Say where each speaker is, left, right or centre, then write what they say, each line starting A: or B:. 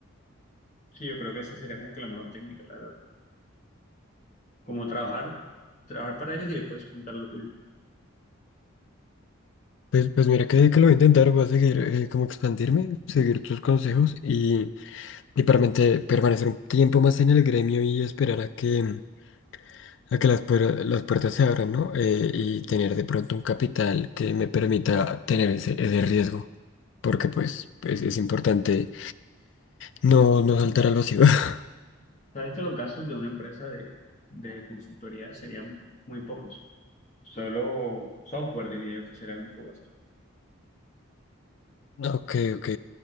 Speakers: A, on the left (about 35°); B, on the left (about 60°).
A: Sí, yo creo que esa sería como que la mejor técnica, la verdad. Como trabajar, trabajar para ellos y después montar lo tuyo.
B: Pues, pues mira que, que lo voy a intentar, voy a seguir eh, como expandirme, seguir tus consejos y, y permanente- permanecer un tiempo más en el gremio y esperar a que, a que las, puer- las puertas se abran, ¿no? Eh, y tener de pronto un capital que me permita tener ese, ese riesgo, porque pues es, es importante no, no saltar al vacío. <laughs>
A: Sabes que los gastos de una empresa de, de consultoría serían muy pocos. Solo software diría yo que sería el único gasto.
B: Ok, ok.